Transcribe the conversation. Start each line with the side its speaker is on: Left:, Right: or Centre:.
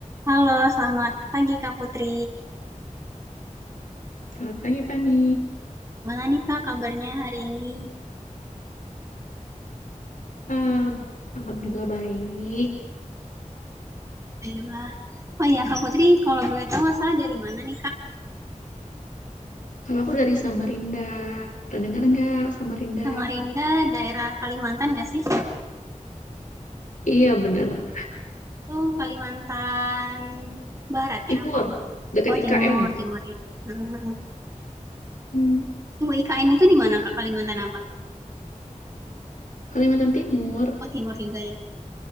Right: Halo, selamat pagi Kak Putri.
Left: Selamat pagi Fani.
Right: Gimana nih Kak kabarnya hari ini?
Left: Ah, Alhamdulillah baik.
Right: Baiklah. Oh iya Kak Putri, kalau boleh tahu asal dari mana nih Kak?
Left: Kalau aku dari Samarinda, pernah dengar nggak Samarinda?
Right: Samarinda, daerah Kalimantan nggak sih?
Left: Iya bener.
Right: Itu Kalimantan Barat
Left: Timur,
Right: ya? Apa?
Left: dekat
Right: Oh
Left: IKN.
Right: Timur, Timur ya. Hmm.
Left: Hmm.
Right: Tunggu IKN <laughs> itu di mana Kak? Kalimantan apa?
Left: Kalimantan Timur.
Right: Oh Timur juga ya.